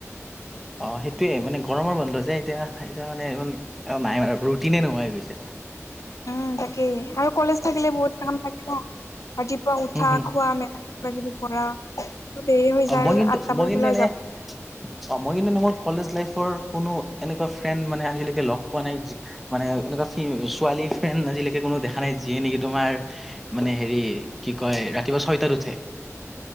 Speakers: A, in the centre; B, on the left.
A: অঁ সেইটোৱে, মানে গৰমৰ বন্ধ যে এতিয়া সেইকাৰণে অ নাই বাৰু ৰুটিনে নোহোৱা হৈ গৈছে।
B: উম তাকেই আৰু কলেজ থাকিলে বহুত কাম থাকে ন, ৰাতিপুৱা উঠা
A: উম হুম
B: খোৱা মেলা কিবা কিবি কৰা ত' দেৰি হৈ
A: অ
B: যায়
A: মই
B: আৰু
A: কিন্তু
B: আঠটা
A: মই
B: বজাত ওলাই যাব
A: <inaudible> অ মই কিন্তু মোৰ কলেজ লাইফৰ কোনো এনেকুৱা ফ্ৰেণ্ড মানে আজিলৈকে লগ পোৱা নাই মানে এনেকুৱা ছোৱালী ফ্ৰেণ্ড আজিলৈকে কোনো দেখা নাই যিয়ে নেকি তোমাৰ মানে হেৰি কি কয় ৰাতিপুৱা ছয়টাত উঠে।